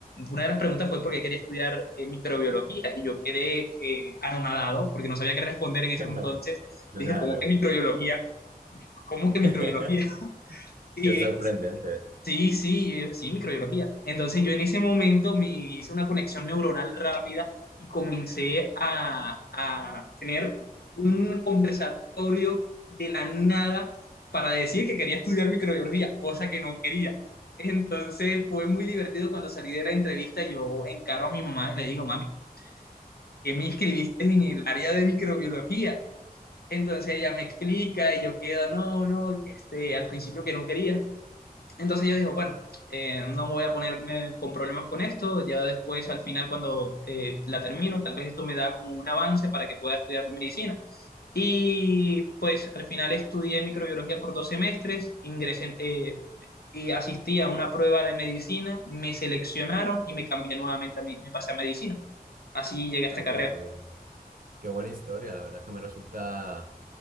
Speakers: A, on the left (about 80°); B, on the right (about 60°).
A: una de las preguntas fue por qué quería estudiar eh, microbiología y yo quedé eh, anonadado porque no sabía qué responder
B: <laughs>
A: en ese entonces.
B: Claro.
A: Y dije, ¿cómo que microbiología? ¿Cómo
B: <laughs>
A: que microbiología? <laughs> Y
B: Qué sorprendente.
A: Sí, sí, eh, sí, microbiología. Entonces yo en ese momento me hice una conexión neuronal rápida y comencé a, a tener un conversatorio de la nada para decir que quería estudiar microbiología, cosa que no quería. Entonces fue muy divertido cuando salí de la entrevista, yo encaro a mi mamá y le digo, mami, ¿qué me inscribiste en el área de microbiología? Entonces ella me explica y yo quedo, no, no, que este, al principio que no quería entonces yo digo, bueno, eh, no voy a ponerme con problemas con esto, ya después al final cuando eh, la termino, tal vez esto me da como un avance para que pueda estudiar medicina. Y pues al final estudié microbiología por dos semestres, ingresé en- eh, y asistí a una prueba de medicina, me seleccionaron y me cambié nuevamente a mi- me pasé a medicina. Así llegué a
B: Ay,
A: esta carrera.
B: pues qué, qué buena historia. La verdad es que me resulta.